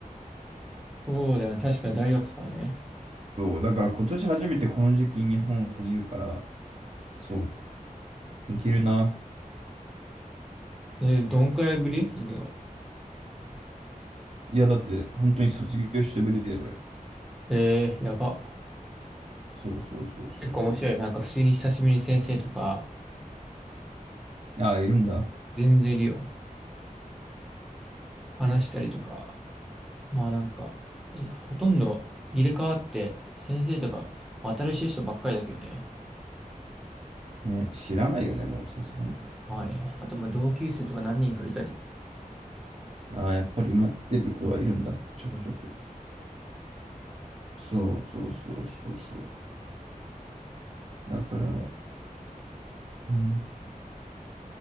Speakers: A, in the centre; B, on the right (about 50°).
A: そうだよね、確かに大学とかにね。
B: そう、だから今年初めてこの時期日本いるから、そう、いけるな。
A: えーどんくらいぶり行くの
B: いや、だって本当に卒業してぶりだよ、俺。
A: えー、やば。
B: そうそうそうそうそ
A: 結構面白いよ。なんか普通に久しぶりに先生とか、
B: う。ああ、いるんだ。
A: 全然いるよ。話したりとか。まあなんか、いやほとんど入れ替わって、先生とか、まあ新しい人ばっかりだけどね。
B: ね、知らないよね、もうさすがに。
A: まあね。あと、まあ、同級生とか何人かいたり。
B: ああ、やっぱり今来てる子はいるんだ、ちょくちょく。
A: うん
B: そうそうそうそうそう。だから、うん